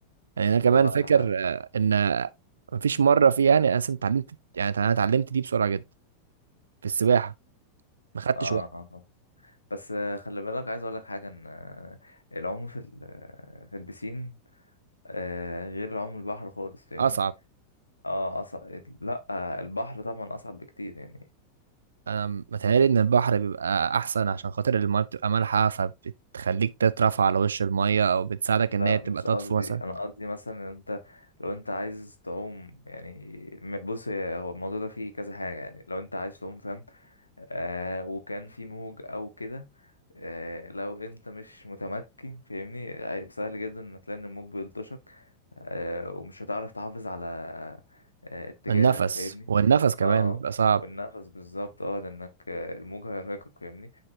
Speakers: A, on the right; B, on the left.
A: يعني انا كمان
B: هو اه,
A: فاكر آه، ان مفيش مره فيها يعني انا أصلاً اتعلمت يعني انا اتعلمت دي بسرعه جدا في السباحه ما خدتش
B: آه.
A: وقت
B: بس آه، خلي بالك عايز اقول لك حاجه ان آه، العوم في ال- آه، في البسين آه، غير العوم البحر خالص فاهمني
A: اصعب
B: اه اصعب لا آه، البحر طبعا اصعب بكتير يعني
A: انا متهيألي ان البحر بيبقى احسن عشان خاطر المايه بتبقى مالحه فبتخليك تترفع على وش المايه او بتساعدك
B: لا
A: ان هي تبقى
B: مش
A: تطفو
B: قصدي
A: مثلا
B: انا قصدي مثلا ان انت لو انت عايز تعوم يعني م- بص هي- هو الموضوع ده فيه كذا حاجة يعني لو انت عايز تعوم فاهم آه وكان في موج او كده آه لو انت مش متمكن فاهمني هيبقى سهل جدا ان تلاقي ان الموج بيلطشك آه ومش هتعرف تحافظ على آه اتجاهك
A: النفس
B: فاهمني
A: والنفس كمان
B: اه
A: بيبقى صعب
B: والنفس بالظبط اه لانك آه، الموج هيرهقك فاهمني